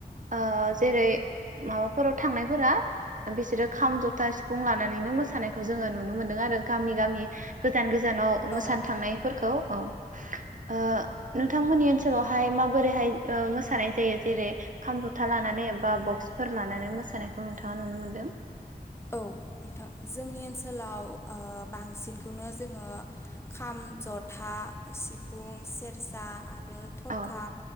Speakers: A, on the right; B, on the left.
A: ओ जेरै माबाफोराव थांनायफोरा बिसोरो खाम जथा सिफुं लानानैनो मोसानायखौ जोङो नुनो मोन्दों आरो गामि गामि गोजान गोजानाव मोसानो
B: औ
A: थांनायफोरखौ औ ओ नोंथांमोननि ओनसो सोलावहाय माबोरैहाय ओ मोसानाय जायो जेरै खाम जथा लानानै बा बक्सफोर लानानै। मोसानायखौ नोंथाङा नुनो मोन्दों।
B: औ नोंथां जोंनि ओनसोलाव ओ‌ बांसिनखौनो जोङो खाम जथा सिफुं सेरजा आरो आरो थरखा
A: औ